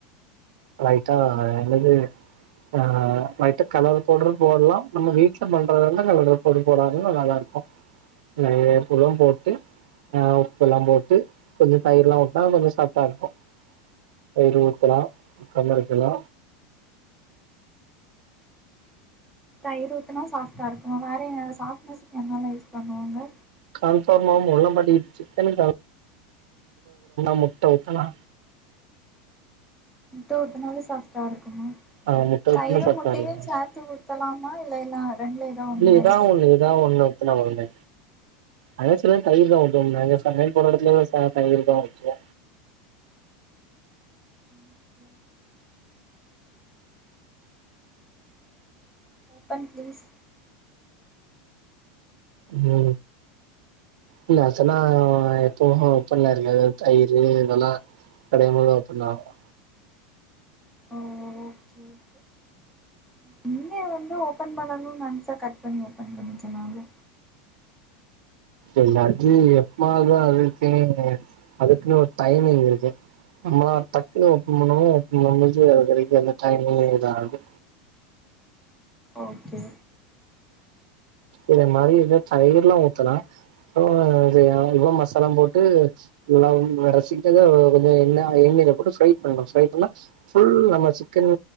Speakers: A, on the right (about 70°); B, in the centre.
A: லைட்டா என்னது ஆ லைட்டா கலர் பவுடரு போடலா நம்ம வீட்ல பண்றதா இருந்தா கலர் பொடி போடதது நல்லாதா இருக்கு நெறைய உப்புல்லா போட்டு ஆ உப்பு எல்லா போட்டு கொஞ்சோ தயிர்லா ஊத்துனா கொஞ்சோ சாஃப்ட்டா இருக்கு தயிறு ஊத்தனா சிக்கன் இருக்குல்ல
B: தயிறு ஊத்துனா சாஃப்ட்டா இருக்கு வேற சாஃப்ட்னஸ்க்கு என்னெல்லா யூஸ் பண்ணுவாங்க
A: கார்ன் ஃப்ளோர் மாவு மொதல்ல மாட்டிக்கிருச்சி சிக்கனுக்கு <inaudible> முட்ட ஊத்தலா
B: முட்ட ஊத்துனாலே சாஃப்ட்டா இருக்குமா
A: ஆ முட்ட
B: தயிறு
A: ஊத்துனா சாஃப்டா
B: முட்டையு
A: இருக்கு
B: சேத்து ஊத்தலாமா இல்லைன்னா ரெண்டுல ஏதா ஒணனுதா
A: இல்ல எதா
B: யூஸ்
A: ஒண்ணு எதா ஒண்ணு ஊத்துனா போதுங்க அதா சொல்றேன்ல தயிர்தா ஊத்துவோம்னு அங்க சமையல் போற எடத்துலயு சா தயிர்தா ஊத்துவோ
B: இதோ இன்னொரு டைம் பிளீஸ்
A: இதோ இல்ல அத சொன்னா எப்பவு ஒப்பன்ல இருக்காது தயிர் இதெல்லா கடையம் போது அப்டிதா ஆகு
B: ம் ஓகே ஓகே நீங்க வந்து ஓப்பன் பண்ணணுன்னு நெனச்சா கட் பண்ணி ஓப்பன் பண்ணிகலால்ல
A: எல்லாத்தையு எப்பவாதுதா அதுக்குன்னு அதுகுன்னு ஒரு டைமிங் இருக்கு நம்மளால டக்குன்னு ஒப்பன் பண்வோ ஒப்பன் பண்ணுபோது அது வரைக்கு அந்த டைம் இதா ஆகாது
B: ஓகே ஓகே
A: இந்த மாதிரி இது தயிர் லா ஊத்துனே அப்பறோ இது இவ்ளோ மசாலாவு போட்டு எல்லா வந்து ரசிக்கதா கொஞ்சோ எண்ணெய் எண்ணெயில போட்டு ஃப்ரை பண்ணலா ஃப்ரை பண்ணா ஃபுல் நம்ம சிக்கன்